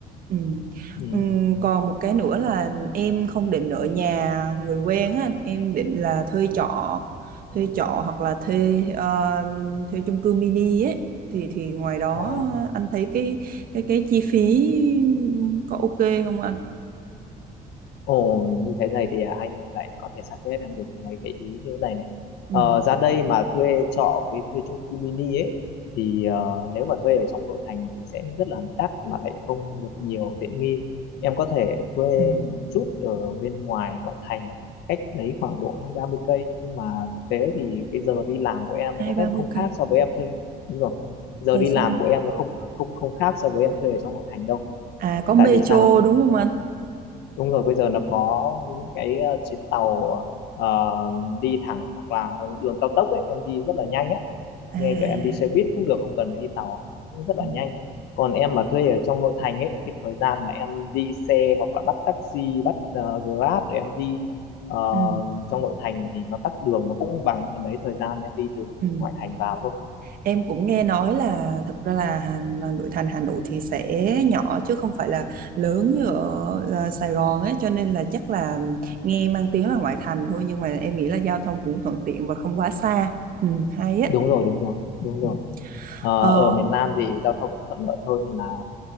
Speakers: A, on the right (about 55°); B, on the left (about 80°).
A: ừ.
B: ừ.
A: Ừ, còn một cái nữa là em không định ở nhà người quen á anh. em định là thuê trọ thuê trọ hoặc là thuê ờ, thuê chung cư mini ấy thì thì ngoài đó
B: Ồ.
A: anh thấy cái cái cái chi phí có ok không anh
B: Ồ, như thế này thì à, anh lại có thể target em được mấy cái ý như thế này này.
A: ừ.
B: Ờ, ra đây mà thuê trọ với thuê chung cư mini ấy thì ờ, nếu mà thuê ở trong nội thành thì sẽ rất là đắt mà lại không được nhiều tiện nghi. Em có thể thuê
A: Ừ.
B: một chút ở bên ngoài ngoại thành, cách đấy khoảng độ hai ba mươi cây nhưng mà thực tế thì cái giờ đi làm của em
A: hai
B: nó cũng
A: ba mươi
B: không
A: cây
B: khác so với em thuê. Đúng rồi. Giờ
A: tại
B: đi
A: sao
B: làm của em nó không không không khác so với em thuê ở trong nội thành đâu.
A: À có Metro
B: Tại vì sao?
A: đúng không anh?
B: Đúng rồi, bây giờ nó có những cái ờ, chuyến tàu ờ, đi thẳng hoặc là đường cao tốc ấy, em đi rất là nhanh á.
A: À
B: Ngay cả em đi xe buýt cũng được, không cần phải đi tàu, nó cũng rất là
A: ừ,
B: nhanh. Còn em mà thuê ở trong nội thành ấy, cái thời gian mà em đi xe hoặc là bắt taxi, bắt ờ, Grab để em đi ờ,
A: ừ,
B: trong nội thành thì nó tắc đường nó cũng bằng gần đấy thời gian em đi từ
A: ừ.
B: ngoại thành vào thôi.
A: Em cũng nghe nói là thực ra là, Hà- là nội thành Hà Nội thì sẽ nhỏ chứ không phải là lớn như ở ờ, Sài Gòn ấy cho nên là chắc là nghe mang tiếng là ngoại thành thôi nhưng mà em nghĩ là giao thông cũng thuận tiện và không quá xa. Ừ, hay á.
B: Đúng rồi, đúng rồi, đúng
A: Ừ.
B: rồi. Ờ,
A: Ờ
B: ở miền Nam thì giao thông thuận lợi hơn là